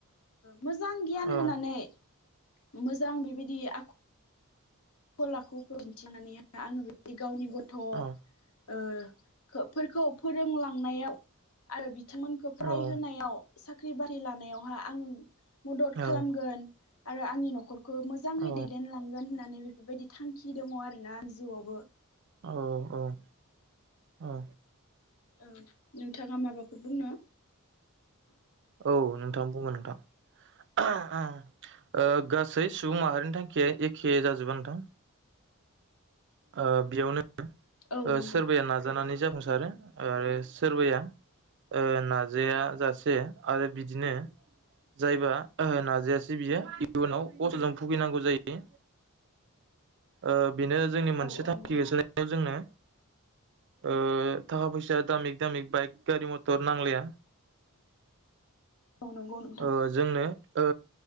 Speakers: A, on the left (about 65°); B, on the right (about 50°).
A: मोजां गियान
B: औ
A: होनानै। मोज जां बिबायदि आख गलाखौन्थिनानैाय आङो बे गावनि गथ' आ
B: औ
A: खो-फोरखौ फोरोंलांनायाव आरो बि <unintelligible> मोनखौ फराय
B: औ
A: होनायाव सा खै बारि लानायावहा आं। मदद खालामगोन
B: औ
A: आरो आंनि नखर बो मोजाङै
B: औ
A: दैदेनलांगोन होननानै बेबायदि थांखि दङ आरोना आंनि जिउआवबो
B: औ औ औ
A: औ नोंथाङा माबाफोर बुंनो
B: औ नोंथां बुंगोन नोंथां ओह आह ओ गासै सुबुं माहारिनि थांखिया एखे जाजोबा नोंथां ओ बियावनो
A: औ
B: ओ
A: नंगौ
B: सोरबाया नाजानानै जाफुंसा आरो आरो सोरबाया ओ नाजायाजासे आरो बिदिनो जायबा ओहो नाजायासै बियो इयुनाव खस्तजों भुगि नांगौ जायो ओ बिनो जोंनि मोनसे
A: औ औ
B: थांखि
A: नंगौ
B: होसोनायाव
A: नोंथां
B: जोंनो ओ थाखा फैसा दामिक दामिक बाइक गारि मटर नांलाया
A: औ नंगौ नोंथां
B: ओ जोंनो ओ